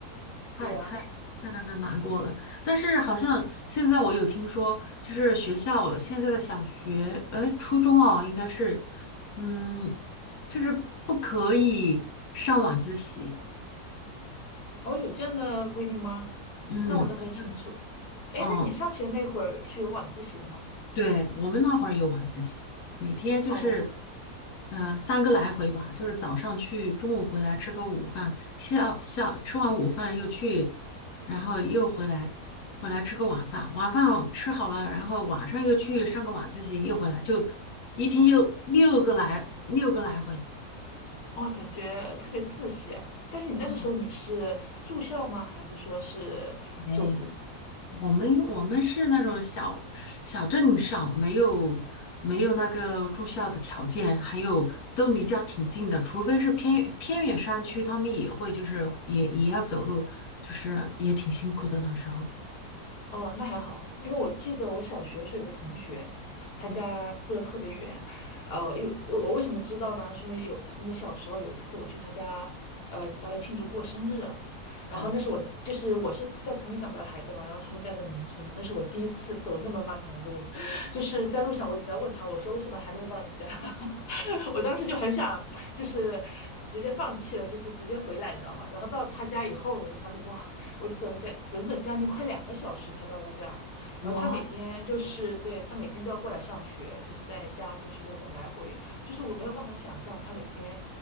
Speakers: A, on the left; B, on the left.
A: 太太太那个难过了，
B: 对啊，
A: 但是好像现在我有听说，就是学校现在的小学，呃，初中哦，应该是，嗯，就是不可以上晚自习，
B: 哦，有这样的规定吗？
A: 嗯，
B: 那我倒不太清楚。
A: 好像，
B: 哎，
A: 哦，
B: 那你上学那会儿是有晚自习的吗？
A: 对，我们那会儿有晚自习，每天就是，
B: 哦，
A: 呃，三个来回吧，就是早上去，中午回来吃个午饭，下下吃完午饭又去，然后又回来，回来吃个晚饭，晚饭吃好了，然后晚上又去上个晚自习，又回来，就一天又六个来六个来回。
B: 我感觉特别自习啊。但是你那个时候你是住校吗？
A: 哦，
B: 还是说是走读？
A: 哎，我们我们是那种小小镇上，没有没有那个住校的条件，还有都离家挺近的，除非是偏偏远山区，他们也会就是也也要走路，就是也挺辛苦的那时候。
B: 哦，那还好，因为我记得我小学的时候有个同学，他家住的特别远，
A: 嗯，
B: 呃，因为我我为什么知道呢？是因为有那个小时候有一次我去他家，呃，帮他庆祝过生日，然后那是我就是我是在城里长大的孩子嘛，
A: 嗯，
B: 然后他们家在农村，那是我第一次走那么漫长的路，<laughs> 就是在路上我一直在问他，我说为什么还没有到你家？<laughs> 我当时就很想就是直接放弃了，就是直接回来，你知道吗？然后到他家以后，我就发现哇。我就走了将整整将近快两个小时才到他家。
A: 哇，
B: 然后他每天就是对他每天都要过来上学，就是在家跟学校这样来回，就是我没有办法想象他每天